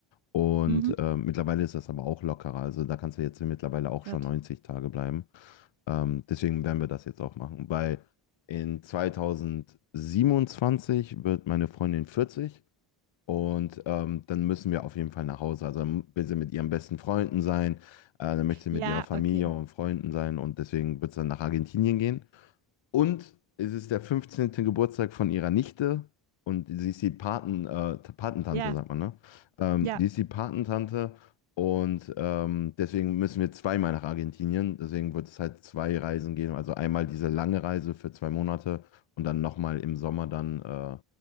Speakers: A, on the left (about 65°); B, on the right (about 85°).
A: Und
B: Mhm.
A: äh, mittlerweile ist das aber auch lockerer, also da kannst du jetzt mittlerweile auch
B: Gut.
A: schon 90 Tage bleiben. Ähm, deswegen werden wir das jetzt auch machen, weil in 2027 wird meine Freundin 40 und ähm, dann müssen wir auf jeden Fall nach Hause. Also dann will sie mit ihren besten Freunden sein, äh, dann möchte sie mit
B: Ja,
A: ihrer Familie
B: okay.
A: und Freunden sein und deswegen wird es dann nach Argentinien gehen. Und es ist der fünfzehnte Geburtstag von ihrer Nichte und sie ist die Paten, äh, Patentante,
B: Ja,
A: sagt man, ne? Ähm,
B: ja.
A: die ist die Patentante und ähm, deswegen müssen wir zweimal nach Argentinien. Deswegen wird es halt zwei Reisen geben. Also einmal diese lange Reise für zwei Monate und dann nochmal im Sommer dann äh,